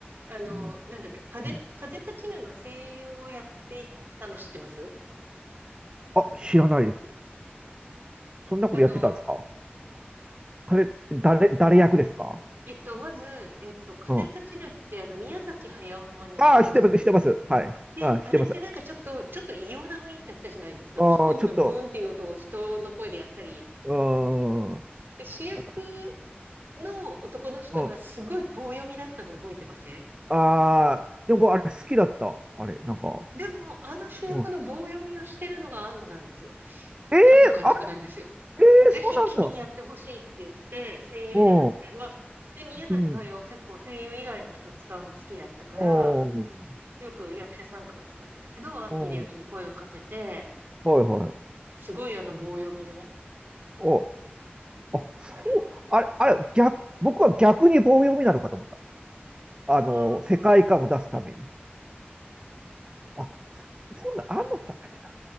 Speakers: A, on the right; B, on the right.
A: あの、
B: うん
A: なんだっけ、風、
B: うん
A: 風立ちぬの声優をやっていたの知ってます
B: あ、知らないです。そんなことやってたんですか
A: あの、
B: 彼、誰、誰役ですか
A: えっと、まず、えっと、風立ちぬって、
B: うん。
A: あの、宮崎駿のアニメはご存知です
B: ああ、知ってます、知ってます。はい。
A: で、
B: ああ、
A: あれってなんかちょっと、
B: 知ってます。
A: ちょっと異様な雰囲気だったじゃないですか。
B: ああ、
A: あの飛行機のブーンっていう音を人の声でやったり。
B: ちょっと、うーん。
A: で、主役
B: なんか、
A: の男の人がすごい棒読みだったの覚えてません
B: うん。ああ、でもあれ好きだった。あれ、なんか。
A: でも、あの主役の棒読みをしてるのが庵野なんですよ。
B: うん。ええあ
A: 庵野監督なんですよ。
B: れ、ええそうなんだ。
A: ぜひ君にやってほしいって言って、声優じゃなくて、
B: うん。
A: まあ、で、宮崎駿結構声優以外の人使うの好きだったから、
B: うん。あー
A: よく役者さんとか使ってたけど、庵野秀明に声をかけて、
B: うはいはい。
A: すごいあの棒読みの、
B: お、あ、そう、
A: あれは。
B: あれ、あれ、逆、僕は逆に棒読みなのかと思った。あの、
A: あ
B: 世界観を出すために。あ、そんな、安野さんがやってた。